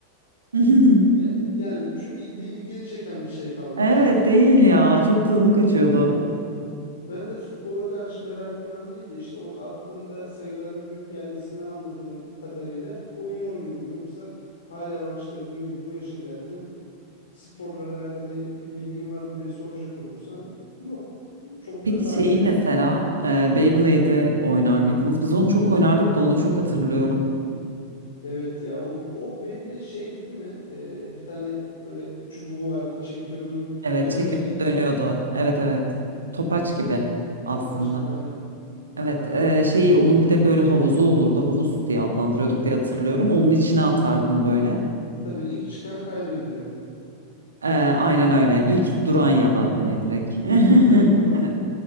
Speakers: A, on the right (about 75°); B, on the left (about 65°).
A: <laughs>
B: ya- yani çünkü ilgini çeken bir şey kalmamıştır.
A: Evet değil ya çok tadım kaçıyordu.
B: Ben de futbola karşı merakımdan değil de işte orada attığında sayıların büyük gelmesinden anladığım kadarıyla oyun oynuyordum. Yoksa hala bak işte dediğim gibi bu yaşa geldim. Sporla alakalı bir bilgin var mı diye soracak olursan yok. Çok
A: Peki
B: da takip
A: şeyi
B: etti.
A: mesela e, Beyblade'i oynar mıydınız? Biz onu
B: Üf,
A: çok oynardık da onu çok hatırlıyorum.
B: evet ya on, o Beyblade şeydi değil mi? Ee, bir tane böyle çubuğu vardı çekiyordun
A: Evet
B: döne
A: çekiyor
B: döne gidiyordu.
A: dönüyordu. Evet evet. Topaç gibi
B: O,
A: aslında.
B: topaç gibi aynen.
A: Evet e, şeyi onun bir de böyle havuzu olurdu. Havuz diye adlandırıyorduk diye hatırlıyorum. Onun içine atardın böyle.
B: Tabii ilk çıkan kaybediyor.
A: E, aynen öyle. İlk duran ya da hani direkt.
B: Yani
A: <laughs>
B: tabii duran.
A: Evet.